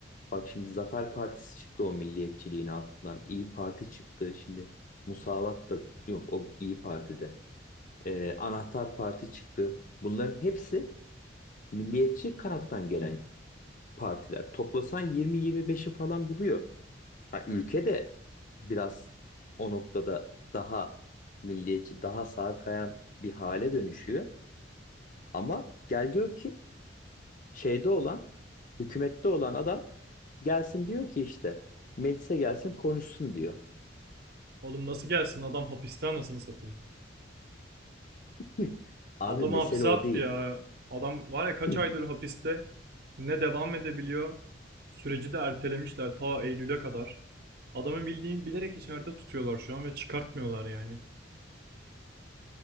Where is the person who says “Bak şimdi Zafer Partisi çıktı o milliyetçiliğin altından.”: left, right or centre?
Left